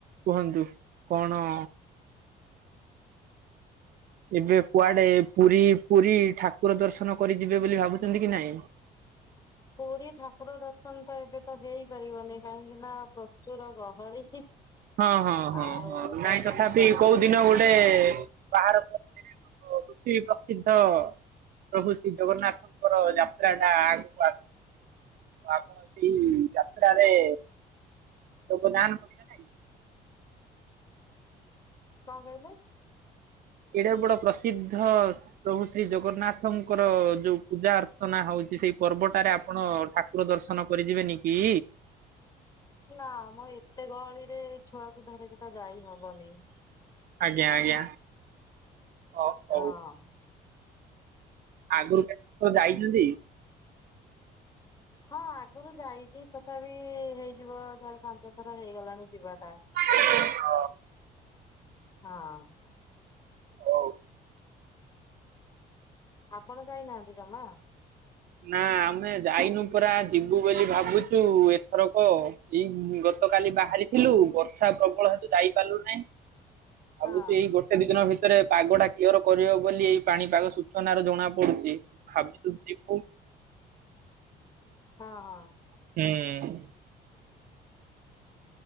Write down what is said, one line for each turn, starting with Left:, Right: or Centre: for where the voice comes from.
Right: କୁହନ୍ତୁ କଣ ଏବେ କୁଆଡ଼େ
Left: ଆ
Right: ପୁରୀ ପୁରୀ ଠାକୁର ଦର୍ଶନ କରି ଯିବେ ବୋଲି ଭାବୁଛନ୍ତି କି ନାଇଁ?
Left: ପୁରୀ ଠାକୁର ଦର୍ଶନ ତ ଏବେ ତ ହେଇପାରିବନି କାହିଁକି ନା ପ୍ରଚୁର ଗହଳି।
Right: ହଁ ହଁ ହଁ
Left: ଆଉ
Right: ହଁ
Left: ତ
Right: ନାଇଁ
Left: ହେଇପାରିବନି
Right: ତଥାପି କୋଉ ଦିନ ଗୋଟେ ବାହାର <unintelligible> <unintelligible> ପ୍ରସିଦ୍ଧ ପ୍ରଭୁ ଶ୍ରୀ ଜଗନ୍ନାଥଙ୍କର ଯାତ୍ରା ଟା ଆଗକୁ ଆସ ଆପଣ ସେଇ ଯାତ୍ରା ରେ ଯୋଗଦାନ କରିବେ ନାଇଁ?
Left: କଣ କହିଲେ?
Right: ଏଡେ ବଡ ପ୍ରସିଦ୍ଧ ପ୍ରଭୁ ଶ୍ରୀ ଜଗନ୍ନାଥଙ୍କର ଯୋଉ ପୂଜା ଅର୍ଚ୍ଚନା ହଉଛି ସେଇ ପର୍ବ ଟାରେ ଆପଣ ଠା ପଦର୍ଶନ କରିଯିବେନି କି?
Left: ନା ମ ଏତେ ଗହଳିରେ ଛୁଆକୁ ଧରିକି ତ ଯାଇ ହବନି।
Right: ଆଜ୍ଞା ଆଜ୍ଞା। ହ ହଉ
Left: ହଁ
Right: ଆଗରୁ କେତେ ଥର ଯାଇଛନ୍ତି?
Left: ହଁ ଆଗରୁ ଯାଇଛି। ତଥାପି ହେଇଯିବ ଚାରି ପାଞ୍ଚ ଥର ହେଇଗଲାଣି ଯିବାଟା
Right: <unintelligible>
Left: ହଁ।
Right: ଓ
Left: ଆପଣ ଯାଇନାହାନ୍ତି ଜମା।
Right: ନା ଆମେ ଯାଇନୁ ପୁରା ଯିବୁ ବୋଲି ଭାବୁଛୁ ଏଥରକ ଏଇ ଗତ କଲି ବାହାରିଥିଲୁ ବର୍ଷା ପ୍ରବଳ ହେତୁ ଯାଇପାରିଲୁ ନାହିଁ।
Left: ହଁ
Right: ଆମେ ତ ଏଇ ଗୋ କେତେ ଦିନ ଭିତରେ ପାଗଟା କ୍ଲିୟର୍ କରିବେ ବୋଲି ଏଇ ପାଣିପାଗ ସୂଚନାର ଜଣା ପଡ଼ୁଛି। ଭାବିଛୁ ଯିବୁ
Left: ହଁ ହଁ।
Right: ହୁଁ